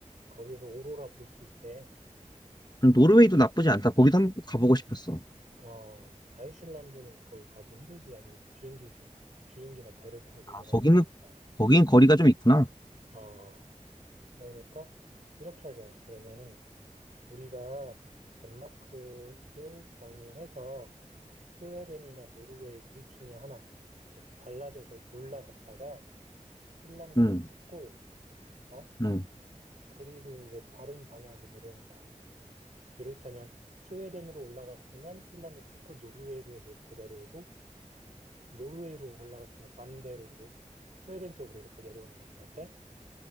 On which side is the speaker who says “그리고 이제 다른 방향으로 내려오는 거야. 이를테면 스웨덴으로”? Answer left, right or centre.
Right